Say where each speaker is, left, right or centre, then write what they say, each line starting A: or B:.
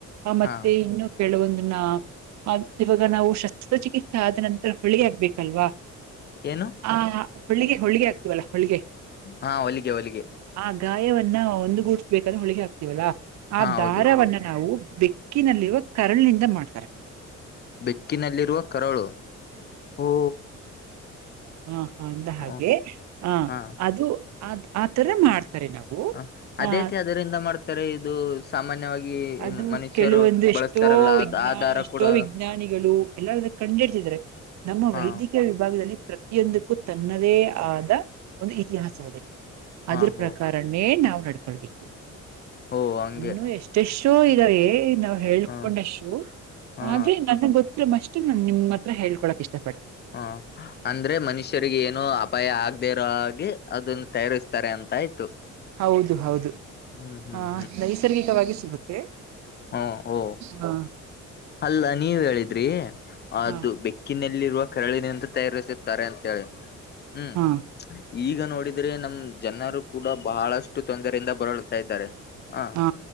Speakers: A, on the right; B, on the left.
A: ಆ ಮತ್ತೆ
B: ಹಾ
A: ಇನ್ನು ಕೆೇಳವೊಂದ್ನಾ ಇವಾಗ ನಾವು ಶಸ್ತ್ರಚಿಕಿತ್ಸೆ ಆದ ನಂತರ ಹೊಳಿ ಆಗ್ಬೇಕಲ್ವಾ
B: ಏನು
A: ಹ ಹಳಿಗೆ ಹೋಲಿಗೆ ಆಗ್ತೀವಲ್ಲಾ ಹೋಲಿಗೆ
B: ಹಾ ಹೊಲಿಗೆ ಹೊಲಿಗೆ
A: ಆ ಗಾಯವನ್ನ ಒಂದು ಗೂಡ್ಸ್ಬೇಕಂದ್ರೆ ಹೋಲಿಗೆ ಹಾಕ್ತವಲ್ಲಾ ಆ
B: ಹಾ ಹೌದು
A: ದಾರವನ್ನ ನಾವು ಬಿ ಅಕ್ಕಿನಲ್ಲಿರುವ ಕರಳನಿಂದ ಮಾಡ್ತಾರೆ
B: ಬೆಕ್ಕಿನಲ್ಲಿರುವ ಕರಳು ಹೋ
A: ಹಾ ಹ ಅಂದ ಹಾಗೆ
B: ಹ
A: ಆ
B: ಹಾ
A: ಅದು ಅ್ ಆತರ ಮಾಡ್ತಾರೆ ನಾವು
B: ಹ ಅದಕ್ಕೆೆ
A: ಆ
B: ಅದರಿಂದ ಮಾಡ್ತಾರೆ ಇದು ಸಾಮಾನ್ಯವಾಗಿ
A: ಅದು
B: ಮನುಷ್ಯರು
A: ಕೆಲವೊಂದು ಎಷ್ಟೋ
B: ಬಳಸ್ತಾರಲ್ಲ ಅದ್
A: ವಿಜ್ಞ
B: ಆ ದಾರ
A: ಎಷ್ಟೋ
B: ಕೂಡ
A: ವಿಜ್ಞಾನಿಗಳು ಎಲ್ಲ ಕಂಡು ಹಿಡ್ತಿದ್ರೆ ನಮ್ಮ
B: ಹಾ
A: ವೈದ್ಯಕೀ ವಿಭಾಗದಲ್ಲಿ ಪ್ರತಿಯೊಂದಕ್ಕೂ ತನ್ನದೇ ಆದ ಒಂದು ಇತಿಹಾಸ ಇದೆ ಅದ್ರ
B: ಹಾ ಹೋ
A: ಪ್ರಕಾರನೇ ನಾವು ನಡ್ಕೊಳ್ಬೇಕು
B: ಹೋ ಹಂಗೆ
A: ಇನ್ನೂ ಎಷ್ ಶೋ ಇದಾವೇ ನಾವು ಹೇಳ್ಕೊಂಡ
B: ಹಾ
A: ಶೋ
B: ಹಾ
A: ಆದ್ರೆ ನಮ್ಗ್ ಗೊತ್ ಮಷ್ಟಿಗ್ ನಾನ್ ನಿಮತ್ರ ಹಳ್ಕೊಕಕ್ ಇಷ್ಟ ಪಡ್
B: ಹಾ ಅಂದ್ರೆ ಮನುಷ್ ಶ್ಯರಿಗೆ ಏನೋ ಅಪಾಯ ಆಗದೆ ಇರೋ ಹಾಗಿ ಅದನ್ ತಯಾರಿಸ್ತಾರೆ ಅಂತ ಆಯ್ತು.
A: ಹೌದು ಹೌದು
B: ಹ್ಮ್ ಹ್ಮ್
A: ಹ ನೈಸರ್ಗಿಕವಾಗಿ ಸಿಗುತ್ತೆ.
B: ಹಾ ಓ
A: ಹಾ
B: ಅಲ್ಲ ನೀವ್ ಹೇಳಿದ್ರಿ ಅದು
A: ಹಾ
B: ಬೆ ಕ್ಕಿನಲ್ಲಿರುವ ಕರಳಿನಿಂದ ತಯಾರಿಸುತ್ತಾರೆ ಅಂತೇಳಿ ಹ್ಮ್
A: ಹಾ
B: ಈಗ ನೋಡಿದ್ರೆ ನಮ್ ಜನರು ಕೂಡ ಬಹಳಷ್ಟು ತೊಂದರೆಯಿಂದ ಬಳಲ್ತಾ ಇದ್ದಾರೆ. ಹ
A: ಹಾ